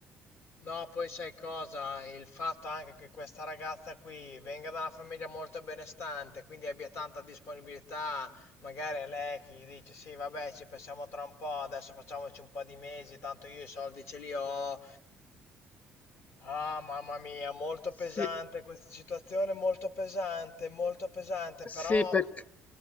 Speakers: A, on the left; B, on the left.
A: No, poi sai cosa? Il fatto anche che questa ragazza qui venga da una famiglia molto benestante, quindi abbia tanta disponibilità, magari è lei che gli dice sì, vabbè, ci pensiamo tra un po', adesso facciamoci un po' di mesi, tanto io i soldi ce li ho. Ah, mamma mia, molto pesante
B: Sì,
A: questa situazione, molto pesante, molto pesante,
B: sì,
A: però
B: perché